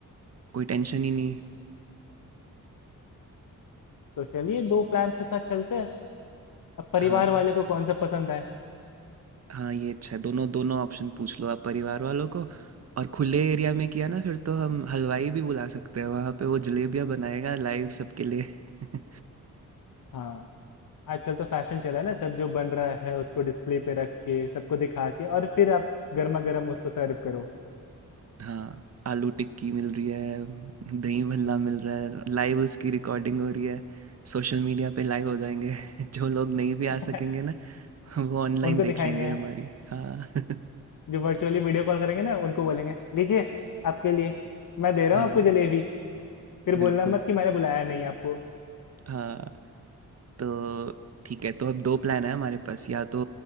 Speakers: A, on the right (about 50°); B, on the left (about 75°).
A: कोई टेंशन ही नहीं
B: तो चलिए दो प्लान के साथ चलते हैं अब परिवार
A: हाँ
B: वाले को कौन सा पसंद आए
A: हाँ, ये अच्छा है। दोनों दोनों ऑप्शन पूछ लो आप परिवार वालों को और खुले एरिया में किया ना फिर तो हम हलवाई भी बुला सकते हैं वहाँ पे वो जलेबियाँ बनाएगा लाइव सबके लिए <laughs>
B: हाँ आजकल तो फैशन चला है ना सब जो बन रहा है उसको डिस्प्ले पे रख के सबको दिखा के और फिर आप गर्मा गर्म उसको सर्व करो
A: हाँ आलू टिक्की मिल रही है दही भल्ला मिल रहा है लाइव उसकी रिकॉर्डिंग हो रही है सोशल मीडिया पे लाइव हो जाएंगे <laughs> जो लोग नहीं
B: <laughs>
A: भी आ सकेंगे ना वो ऑनलाइन
B: उनको
A: देख
B: दिखाएंगे
A: लेंगे हमारी हाँ <laughs>
B: जो वर्चुअली वीडियो कॉल करेंगे ना उनको बोलेंगे लीजिए आपके लिए मैं दे रहा
A: हाँ
B: हूँ आपको जलेबी फिर
A: बिल्कुल
B: बोलना मत कि मैंने बुलाया नहीं आपको
A: हाँ तो ठीक है तो अब दो प्लान है हमारे पास या तो